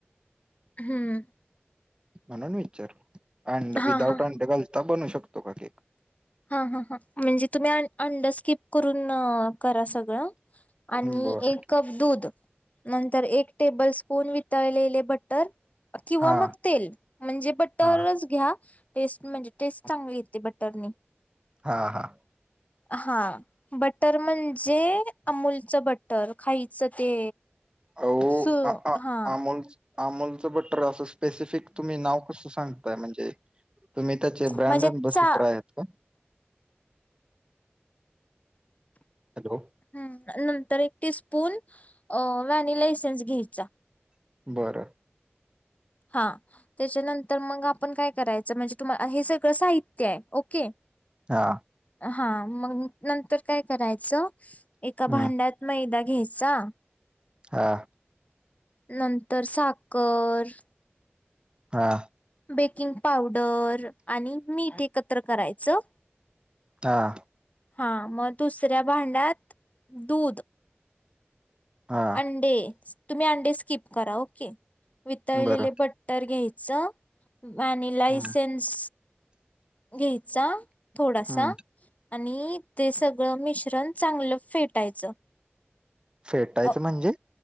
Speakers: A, on the left; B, on the right.
A: हम्म
B: म्हणून विचार अड
A: हा
B: विदाउट
A: हा
B: अ गल् बनू शकतो का केक
A: हां हां हां म्हणजे तुम्ही अंडरस्किप करून करा सगळं आणि
B: बर
A: एक कप दूध नंतर एक टेबल स्पून वितळलेले बटर किंवा
B: हा
A: मग तेल म्हणजे बटटरच
B: हा
A: घ्या टेस्ट म्हणजे टेस्ट चांगली येते बटर
B: हा हा
A: हा बटर म्हणजे अमूलचं बटर खायच ते
B: अहो
A: स
B: आ आ
A: हा
B: अमोल अमोलचं बटर असं स्पेसिफिक तुम्ही नाव कसं सांगताय म्हणजे तुम्ही त्याचे ब्रँडन
A: म्हणजे
B: बस
A: चा
B: रा आहेत का हॅलो
A: ह् नंतर एक टी स्पून व्हॅनिला एसेनस घ्यायचा
B: बरं
A: हा त्याच्यानंतर मग आपण काय करायचं म्हणजे तुम्हाला हे सगळं साहित्य आहे ओके
B: हा
A: हा मग नंतर काय करायचं एका
B: हम्म
A: भांड्यात मैदा घ्याचा
B: हा
A: नंतर साखर
B: हा
A: बेकिंग पावडर आणि मीठ एकत्र करायचं
B: तर
A: हा मग दुसऱ्या भांड्यात दूध
B: हा.
A: तुम् अंकप करा ओके ब
B: बरं
A: र घ्यायच आणिनी लायसेन्स
B: हम्म
A: घ्यायचा. थोडासा
B: हम्म
A: आणि ते सगळं मिश्रण चांगलं फेटायचं.
B: फेटायचं
A: अ,
B: म्हणजे